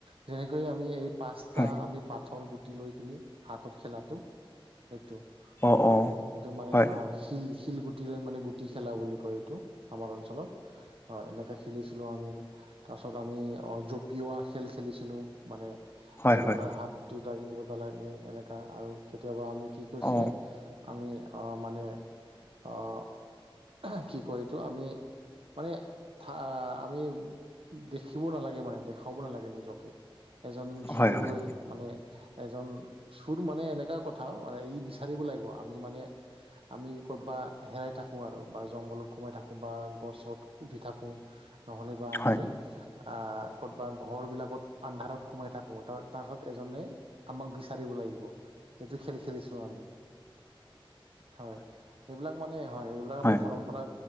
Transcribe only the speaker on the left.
হয় হয়
অ
অ
হয়
হয়
হয়
অ
হয় হয়
হয়
হয়